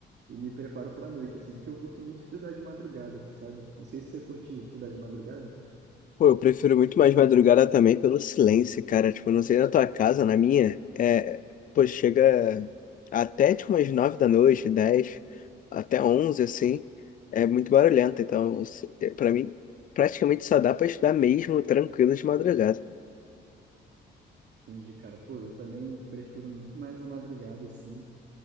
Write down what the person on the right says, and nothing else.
e me preparo pra noite, assim. Porque eu curto muito estudar de madrugada, sabe? Não sei se você curte estudar de madrugada.
Entendi, cara. Pô, eu também prefiro muito mais a madrugada, assim,